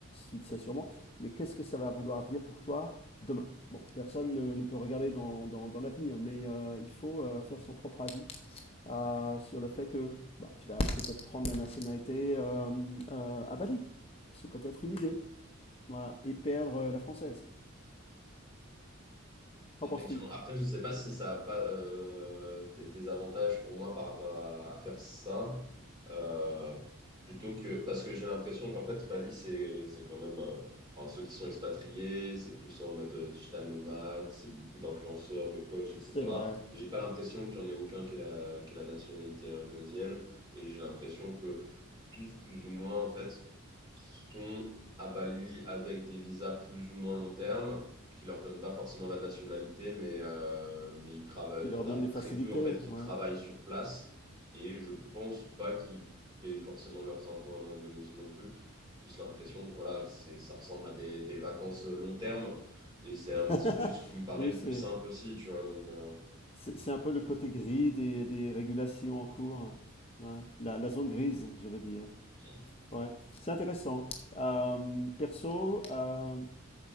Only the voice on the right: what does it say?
Effectivement.
Après, je sais pas si ça a pas euh, des, des avantages pour moi par rapport à, à faire ça, euh, plutôt que parce que j'ai l'impression qu'en fait Bali c'est c'est quand même euh, enfin ceux qui sont expatriés, c'est plus en mode euh, digital nomade, c'est beaucoup d'influenceurs, de coachs, etc.
J'ai pas l'impression qu'il y en ait aucun qui ait la qui ait la nationalité indonésienne et j'ai l'impression que tous plus ou moins en fait sont à Bali avec des visas plus ou moins long terme qui leur donnent pas forcément la nationalité, mais euh, mais ils travaillent.
Il
y en
a
très peu en fait qui
travaillent sur place et je pense pas qu'ils paient forcément leurs impôts en Indonésie non plus. Plus l'impression que voilà, c'est ça ressemble à des, des vacances long terme et c'est un
petit peu ce qui me paraît
le
plus simple aussi, tu vois. Donc euh,
Ouais.